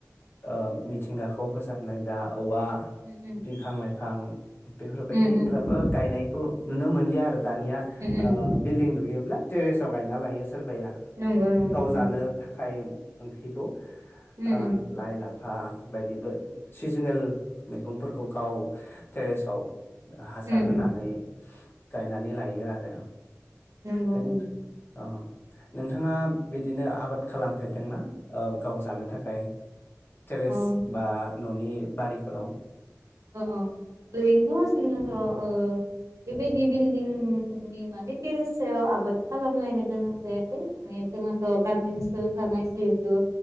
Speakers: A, on the left (about 45°); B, on the right (about 75°).
A: ओ मिथिंगाखौ फोसाबनाय दा औवा
B: उम
A: बिफां लाइफां बेफोरबायदिफ्राबो
B: उम उम
A: गायनायखौ नुनो मोनलिया आरो दानिया।
B: उम
A: ओ बिल्डिं लुयोब्ला टेरेसाव गायना लायो सोरबाया।
B: नंगौ नंगौ
A: गाव
B: उम
A: जानो थाखाय ओंख्रिखौ
B: उम
A: ओन लाइ लाफा बायदिबो सिजोनेल मैगंफोरखौ गाव टेरेसाव
B: उम
A: हासार होनानै
B: उम
A: नानै लायो आरो
B: नंगौ
A: बेनिफ्रा
B: उम
A: औ नोंथाङा बिदिनो आबाद खालामफेरदोंना ओ गाव जानो थाखाय? टेरेस
B: अ
A: बा न'नि बारिफोराव।
B: ओ अ ओरैनोथ जोंनि ओनसोलाव ओ बेबायदि बिल्डिं नि माने टेरेस सायाव आबाद खालामलायनो गोनां जाया। माने जोंहाथ' गामि ओनसोल थानाय जिहेतु